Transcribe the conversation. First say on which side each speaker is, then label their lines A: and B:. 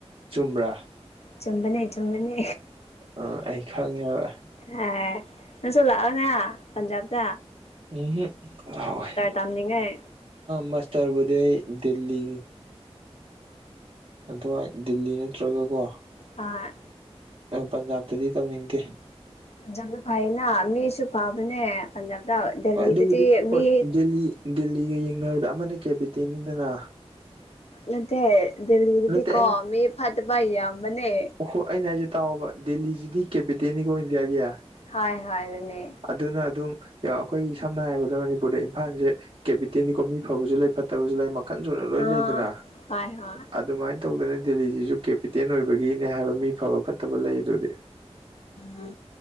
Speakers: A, on the right; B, on the left.
A: ꯆꯨꯝꯕ꯭ꯔꯥ
B: ꯆꯨꯝꯕꯅꯦ ꯆꯨꯝꯕꯅꯦ
A: ꯑꯝ ꯑꯩ ꯈꯪꯉꯦꯕ
B: ꯍꯣꯢ ꯅꯪꯁꯨ ꯂꯛꯑꯣꯅ ꯄꯟꯖꯥꯞꯇ
A: ꯎꯝ ꯂꯥꯎꯑꯣꯢ
B: ꯇꯝꯅꯤꯡꯉꯥꯏ
A: ꯃꯥꯁꯇꯔꯕꯨꯗꯤ ꯑꯩ ꯗꯦꯜꯂꯤ ꯑꯗꯨꯋꯥꯏ ꯗꯤꯜꯂꯤ ꯅꯠꯇ꯭ꯔꯒ ꯀꯣ
B: ꯍꯣꯢ
A: ꯄꯟꯖꯥꯕꯇꯗꯤ ꯇꯝꯅꯤꯡꯇꯦ
B: ꯄꯟꯖꯥꯞꯅ ꯐꯌꯦꯅ ꯃꯤꯁꯨ ꯐꯕꯅꯦ ꯄꯟꯖꯥꯞꯇ ꯗꯦꯜꯂꯤꯗꯗꯤ
A: ꯍꯣꯏ ꯑꯗꯨꯕꯨꯗꯤ ꯍꯣꯏ
B: ꯃꯤ
A: ꯗꯦꯜꯂꯤ ꯗꯦꯜꯂꯤꯒ ꯌꯦꯡꯅꯕꯗ ꯑꯃꯅ ꯀꯦꯄꯤꯇꯦꯜꯅꯤꯗꯅ
B: ꯅꯠꯇꯦ ꯗꯦꯜꯂꯤꯗꯨꯗꯤ
A: ꯅꯠꯇꯦ
B: ꯃꯤ ꯐꯠꯇꯕ ꯌꯥꯝꯕꯅꯦ
A: ꯑꯣꯍꯣꯏ ꯑꯩꯅ ꯍꯥꯏꯁꯦ ꯇꯥꯎꯕ ꯗꯦꯜꯂꯤꯁꯤꯗꯤ ꯀꯦꯄꯤꯇꯦꯜꯅꯤꯀꯣ ꯏꯟꯗꯤꯌꯥꯒꯤꯌꯥ
B: ꯍ ꯍꯣꯏ ꯑꯗꯨꯅꯦ
A: ꯑꯗꯨꯅ ꯑꯗꯨꯝ ꯑꯩꯈꯣꯏꯒꯤ ꯁꯝꯅ ꯍꯥꯏꯔꯕꯗ ꯃꯅꯤꯄꯨꯔꯗ ꯏꯝꯐꯥꯜꯁꯦ ꯀꯦꯄꯤꯇꯦꯜꯅꯤꯀꯣ ꯃꯤ ꯐꯕꯁꯨ ꯂꯩ ꯐꯠꯇꯕꯁꯨ ꯂꯩ ꯃꯈꯟ ꯁꯨꯅ ꯂꯣꯏ
B: ꯑꯥ
A: ꯂꯩꯗꯅ
B: ꯍꯣꯏ ꯍꯣꯏ
A: ꯑꯗꯨꯃꯥꯏꯅ ꯇꯧꯗꯅ ꯗꯦꯜꯂꯤꯁꯤꯁꯨ ꯀꯦꯄꯤꯇꯦꯜ ꯑꯣꯏꯕꯒꯤꯅꯦ ꯍꯥꯏꯕ ꯃꯤ ꯐꯕ ꯐꯠꯇꯕ ꯂꯩꯔꯤꯗꯨꯗꯤ
B: ꯎꯝ